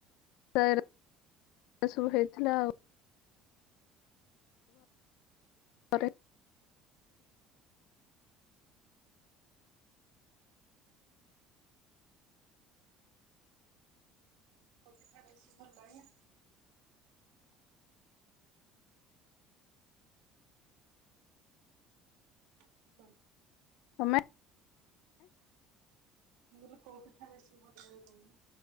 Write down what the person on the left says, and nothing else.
ସ ସବୁ ହେଇଥିଲା ଆଉ ପରେ
ତମେ?